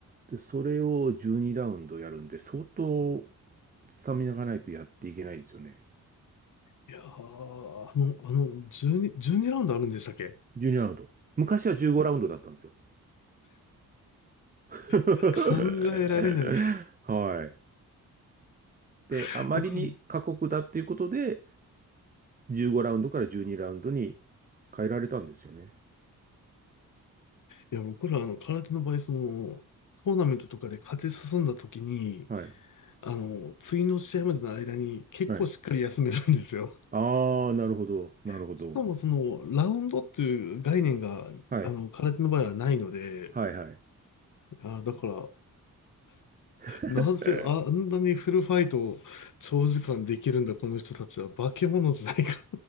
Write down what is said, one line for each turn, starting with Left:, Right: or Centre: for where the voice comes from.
Right: で、それを12ラウンドやるんで、相当スタミナがないとやっていけないですよね。
Left: いやー、あの、あの、12、12ラウンドあるんでしたっけ
Right: 12ラウンド。昔は15ラウンドだったんですよ。<laughs>
Left: いや、考えられない。
Right: はい。で、
Left: <laughs>
Right: あまりに過酷だっていうことで、
Left: 僕ら
Right: 15ラウンドから12ラウンドに変えられたんですよね。
Left: いや、僕ら、あの、空手の場合、その、トーナメントとかで勝ち進んだ時に、
Right: はい。
Left: あの、次の試合までの間に結構しっかり休めるんですよ。
Right: はい。ああ、なるほど。
Left: <laughs>
Right: なるほど。
Left: しかも、その、ラウンドっていう概念が、
Right: はい。
Left: あの、空手の場合はないので、
Right: はい、はい。
Left: あ、だから、
Right: <laughs>
Left: なぜあんなにフルファイトを長時間できるんだ、この人たちは。化け物じゃないか。